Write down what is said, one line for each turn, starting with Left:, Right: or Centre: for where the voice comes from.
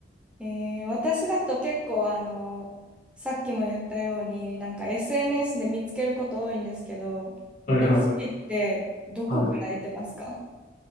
Centre: えー私だと結構あの、さっきも言ったように、なんか SNS で見つけること多いんですけど、
Left: はいはい。
Centre: レシピってどこから得てますか
Left: は